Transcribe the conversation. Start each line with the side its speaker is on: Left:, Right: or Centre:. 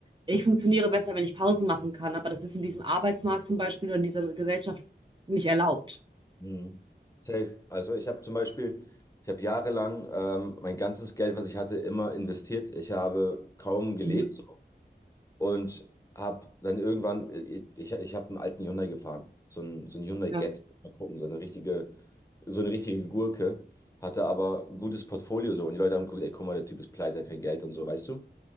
Right: ich funktioniere besser, wenn ich Pausen machen kann. Aber das ist in diesem Arbeitsmarkt zum Beispiel oder in dieser Gesellschaft nicht erlaubt.
Left: Mhm. safe. Also ich habe zum Beispiel, ich habe jahrelang ähm, mein ganzes Geld, was ich hatte, immer investiert. Ich habe kaum gelebt.
Right: Mhm.
Left: und habe dann irgendwann, ich, ich habe einen alten Hyundai gefahren, so ein, so ein Hyundai
Right: Ja,
Left: Getz, mal gucken, so eine richtige, so eine richtige Gurke, hatte aber ein gutes Portfolio so und die Leute haben geguckt, ey, guck mal, der Typ ist pleite, hat kein Geld und so, weißt du?